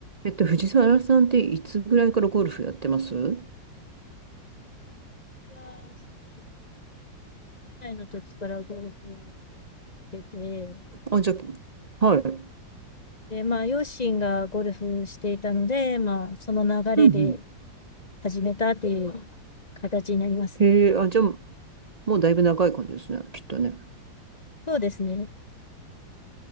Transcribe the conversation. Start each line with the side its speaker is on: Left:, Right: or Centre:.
Right: えっと、藤沢さんっていつぐらいからゴルフやってます
Left: は歳の時からゴルフしてて、
Right: あ、じゃあ、はい。う
Left: で、まあ、両親がゴルフしていたので、まあ、その流れで
Right: んうん。
Left: 始めたっていう形になります。
Right: へえ、あ、じゃあ、もうだいぶ長い感じですね、きっとね。
Left: そうですね。